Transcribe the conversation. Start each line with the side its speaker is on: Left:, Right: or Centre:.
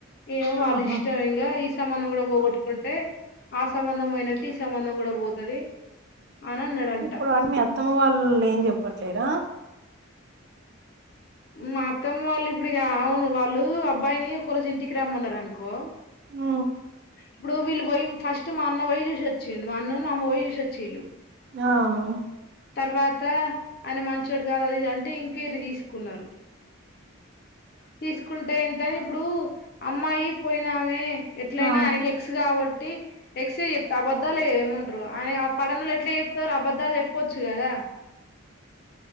Left: ఏమో వాళ్ళు
Right: ఆహా
Left: ఇష్టం ఇంగా సంబంధం కూడా పోగొట్టుకుంటే ఆ సంబంధం పోయినట్టు ఈ సంబంధం కూడా పోతుంది అని అన్నాడంట
Right: ఇప్పుడు మీ అత్తమ్మ వాళ్ళు ఏం చెప్పట్లేరా
Left: మత్తమ్మ వాళ్ళు ఇప్పుడుక అవును వాళ్ళు అబ్బాయిని ఒక రోజు ఇంటికి రమ్మన్నారు అనుకో
Right: హు
Left: ఇప్పుడు వీళ్ళు పోయి ఫస్ట్ మా అన్న పోయి చూసిచ్చిండి మా అన్నను అమ్మ పోయి చూసొచ్చిళ్ళు
Right: ఆం
Left: తర్వాత ఆయన మంచిడు కాదు అది ఇది అంటే ఎంక్వైరీ తీసుకున్నారు తీసుకుంటే ఎంతని ఇప్పుడు అమ్మాయి పోయినామే ఎట్లయినా
Right: ఆ
Left: ఆయనకి ఎక్స్ కాబట్టి ఎక్స చెప్త అబద్దాలుద ఏమంటారు ఆయన ఆ పడనంలో ఎట్లా చెప్తారు అబధాలు చెప్పచ్చు కదా